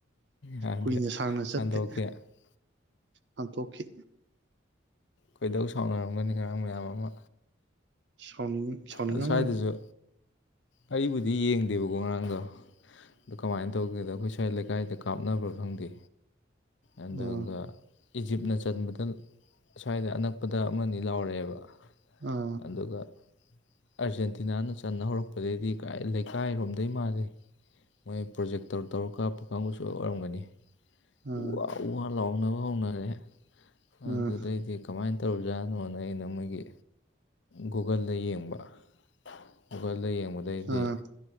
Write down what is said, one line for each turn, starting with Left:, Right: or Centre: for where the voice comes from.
Left: ꯍꯥꯟꯗꯤ
Right: ꯀꯨꯏꯅ ꯁꯥꯡꯅ ꯆꯠꯇꯦ
Left: ꯍꯟꯗꯣꯛꯀꯤ ꯑꯥ
Right: ꯍꯥꯡꯇꯣꯛꯈꯤ꯫
Left: ꯈꯣꯏꯗꯧ ꯁꯥꯎꯅꯔꯝꯒꯅꯤ ꯑꯉꯥꯡ ꯃꯌꯥꯝ ꯑꯃ꯫
Right: ꯁꯥꯎꯅꯤꯡ ꯁꯥꯎꯅꯤꯡꯉꯝꯒꯅꯤ
Left: ꯑ ꯁ꯭ꯋꯥꯏꯗꯁꯨ ꯑꯩꯕꯨꯗꯤ ꯌꯦꯡꯗꯦꯕꯀꯣ ꯉꯔꯥꯡꯗꯣ ꯑ ꯀꯃꯥꯏꯅ ꯫ ꯇꯧꯗꯦꯗ ꯑꯩꯈꯣꯏ ꯁ꯭ꯋꯥꯏ ꯂꯩꯀꯥꯏꯗ ꯀꯥꯞꯅꯕ꯭ꯔꯥ ꯈꯪꯗꯦ ꯑꯗꯨꯒ
Right: ꯑ
Left: ꯏꯖꯤꯞꯅ ꯆꯟꯕꯗ ꯁ꯭ꯋꯥꯏꯗ ꯑꯅꯛꯄꯗ ꯑꯃꯅꯤ ꯂꯥꯎꯔꯛꯑꯦꯕ
Right: ꯑ
Left: ꯑꯗꯨꯒ ꯑꯥꯔꯖꯦꯟꯇꯤꯅꯥꯅ ꯆꯟ ꯍꯧꯔꯛꯄꯗꯩꯗꯤ ꯀꯥꯏ ꯂꯩꯀꯥꯏꯔꯣꯝꯗꯩ ꯃꯥꯥꯜꯂꯦ ꯃꯣꯏ ꯄ꯭ꯔꯣꯖꯦꯛꯇꯔ ꯇꯧꯔ ꯀꯥꯞꯄ ꯀꯥꯡꯕꯨ ꯁꯣꯏ ꯑꯣꯏꯔꯝꯒꯅꯤ
Right: ꯑ
Left: ꯎꯋꯥꯎ ꯎ -ꯋꯥ ꯂꯥꯎꯅꯕ ꯍꯧꯅꯔꯦꯍꯦ
Right: ꯑ
Left: ꯑꯗꯨꯗꯩꯗꯤ ꯀꯃꯥꯏꯟ ꯇꯧꯔꯤꯕꯖꯥꯠꯅꯣꯅ ꯑꯩꯅ ꯃꯣꯏꯒꯤ ꯒꯨꯒꯜꯗ ꯌꯦꯡꯕ ꯒꯨꯒꯜꯗ ꯌꯦꯡꯕꯗꯩꯗꯤ
Right: ꯑ